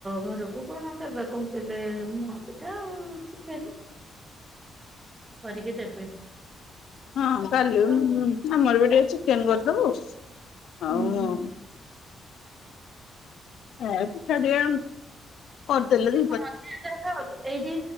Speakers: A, on the right; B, on the left.
A: ଘରକୁ କଣ ଦେବା କହୁଥିଲେ ମୁଆଁ ପିଠା ଆଉ ଚିକେନ। କରିକି ଦେବେ।
B: ହଁ କାଲି <unintelligible>
A: ତ
B: ଆମର ବି ଟିକେ ଚିକେନ କରିଦବୁ
A: ହୁଁ
B: ଆଉ ଏ ପିଠା ଦିଆ କରିଦେଲେଣି
A: ହଁ <unintelligible> କଥା ହୋଉଚୁ। ଏଇଠି